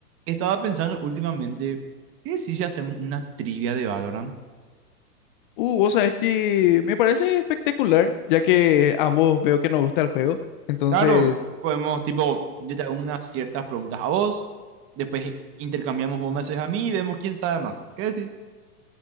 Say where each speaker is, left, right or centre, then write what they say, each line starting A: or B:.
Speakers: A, on the right; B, on the left.
A: Estaba pensando últimamente, ¿qué si si hacemos una trivia de Valorant?
B: Uh, vos sabés que me parece espectacular, ya que ambos veo que nos gusta el juego. Entonces,
A: Claro, podemos, tipo, yo te hago unas ciertas preguntas a vos, después intercambiamos vos me haces a mí y vemos quién sabe más. ¿Qué decís?